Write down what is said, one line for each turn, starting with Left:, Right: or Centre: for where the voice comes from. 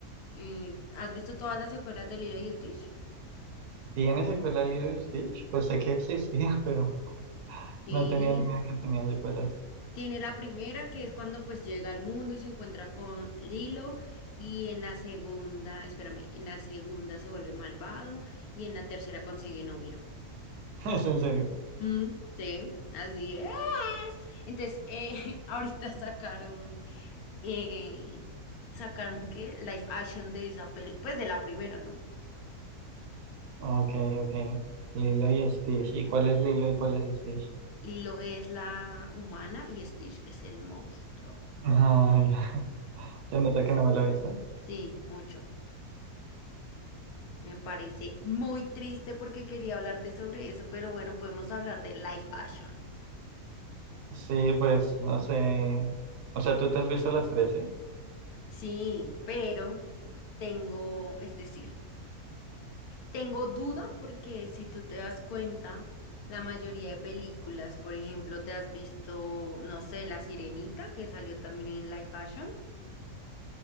Left: eh, ¿has visto todas las secuelas de Lilo y Stitch?
Right: ¿Tiene secuela Lilo y Stitch? Pues sé que existía, <laughs> pero
Left: Sí,
Right: no tenía ni idea que tenía secuelas.
Left: tiene la primera que es cuando pues llega al mundo y se encuentra con Lilo y en la segunda, espérame, en la segunda se vuelve malvado y en la tercera consigue novia.
Right: <laughs> ¿Es en serio?
Left: Mm, sí, así es. Entonces, eh, <laughs> ahorita sacaron, eh, sacaron que live action de esa peli, pues de la primera, ¿no?
Right: Ok, ok. Lilo y Stitch. ¿Y cuál es Lilo y cuál es Stitch?
Left: Lilo es la humana y Stitch es el monstruo.
Right: Ay, <laughs> se nota que no me lo he visto.
Left: Sí, mucho. Me parece muy triste porque quería hablarte sobre eso, pero bueno, podemos hablar de live action.
Right: Sí, pues no sé. O sea, ¿tú te has visto las 13?
Left: Sí, pero tengo, es decir. Tengo duda porque si tú te das cuenta, la mayoría de películas, por ejemplo, te has visto, no sé, La Sirenita, que salió también en live fashion.